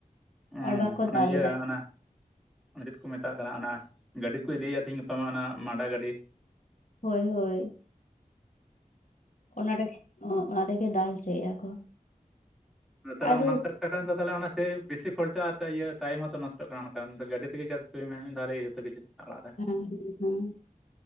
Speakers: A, in the centre; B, on the left (about 60°).
A: ᱩᱸ
B: ᱟᱨ ᱵᱟᱠᱚ
A: ᱚᱱᱮ
B: ᱫᱟᱞ
A: ᱤᱭᱟᱹ
B: ᱮᱫᱟ
A: ᱟᱱᱟ ᱚᱱᱮ ᱪᱮᱫ ᱠᱚ ᱢᱮᱛᱟᱜ ᱠᱟᱱᱟ ᱚᱱᱟ ᱜᱟᱹᱰᱤ ᱠᱚ ᱤᱫᱤᱭᱮᱫ ᱛᱤᱧ ᱜᱟᱯᱟᱢᱟ ᱚᱱᱟ ᱢᱟᱰᱟ ᱜᱟᱹᱰᱤ?
B: ᱦᱳᱭ ᱦᱳᱭ, ᱚᱱᱟ ᱨᱮᱜᱮ ᱚᱱᱟ ᱛᱮᱜᱮ ᱫᱟᱞ ᱪᱚᱭᱮᱜᱼᱟ ᱠᱚ᱾
A: ᱛᱟᱦᱚᱞᱮ
B: ᱟᱫᱚ
A: ᱚᱱᱟ ᱚᱱᱟ ᱵᱮᱥᱤ ᱠᱷᱚᱨᱪᱟ <unintelligible> <unintelligible> ᱤᱭᱟᱹ ᱴᱟᱭᱤᱢ ᱦᱚᱸᱛᱚ ᱱᱚᱥᱴᱚᱜ ᱠᱟᱱᱟ ᱚᱱᱠᱟ ᱜᱟᱹᱰᱤ ᱛᱮᱜᱮ ᱜᱮᱫ ᱦᱚᱪᱚᱭ ᱢᱮ ᱢᱤᱫᱷᱟᱣ ᱡᱚᱛ ᱠᱤᱪᱷᱩᱟᱜ ᱟᱟᱜᱫᱟ <inaudible>
B: ᱦᱩᱸ ᱦᱩᱸ